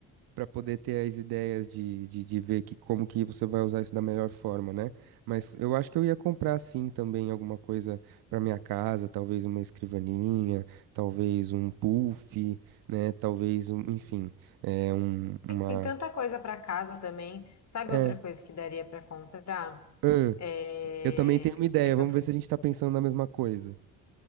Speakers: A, on the right; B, on the left.
A: para poder ter as ideias de, de, de ver que como que você vai usar isso da melhor forma, né? Mas eu acho que eu ia comprar sim também alguma coisa para minha casa, talvez uma escrivaninha, talvez um puff, né? Talvez um, enfim, é um,
B: É
A: uma
B: que tem tanta coisa para casa também. Sabe
A: é,
B: outra coisa que daria para comprar?
A: ahn,
B: É...
A: eu também tenho uma ideia,
B: Essas.
A: vamos ver se a gente tá pensando na mesma coisa.